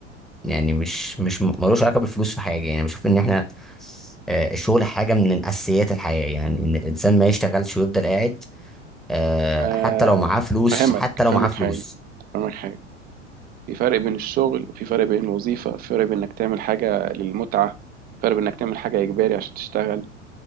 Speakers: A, in the centre; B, on the right (about 25°).
A: يعني مش مش م- ملوش علاقه بالفلوس في حاجه يعني بشوف ان احنا آه، الشغل حاجه من اساسيات الحياه يعني ان الانسان ما يشتغلش ويفضل قاعد آه،
B: ما-
A: حتى لو معاه فلوس
B: فاهمك
A: حتى لو
B: فاهمك
A: معاه فلوس
B: حاجه فاهمك حاجه في فرق بين الشغل وفي فرق بين الوظيفة في فرق بين إنك تعمل حاجة للمتعة في فرق بين إنك تعمل حاجة إجباري عشان تشتغل